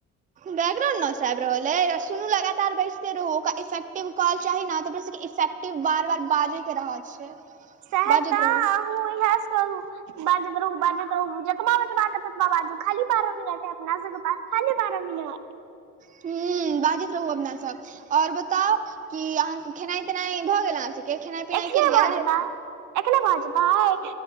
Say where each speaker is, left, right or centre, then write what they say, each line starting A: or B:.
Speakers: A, on the right; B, on the right.
A: बैकग्राउंड न सा आब रहल है सुनू लगातार बैजते रहु ओकरा इफ्किटिव। कल चाही न त सब इफेक्टिव बार बार बाजे के रहल छै।
B: सहैतऽ
A: बाजैत रहू
B: आू इहास कहू। बाजैत रहु बाजैत रहु जतबा बाजू खाली बारह मिनट रहतै अपना पास खाली बारह मिनट।
A: ह बाजैत रहू अपना सब आओर बताउ कि अहाँ खेनाइ -तेनाइ। भऽ गेल अहाँ सभके खेनाइ पिनाइ
B: एखने
A: केलिए।
B: भऽ जेतै एखने भजताइ